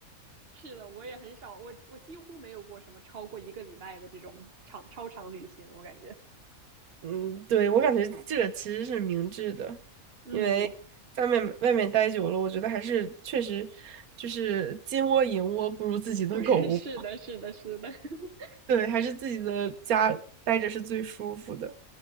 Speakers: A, on the right (about 45°); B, on the right (about 80°).
A: 是的，我也很少，我我几乎没有过什么超过一个礼拜的这种长超长旅行，我感觉，
B: 嗯，对，我感觉这个其实是明智的，
A: 嗯，
B: 因为在外面外面待久了，我觉得还是确实就是金窝银窝不如自己的狗窝。
A: 不是，<laughs> 是的，是的，是的，<laughs>
B: 对，还是自己的家待着是最舒服的。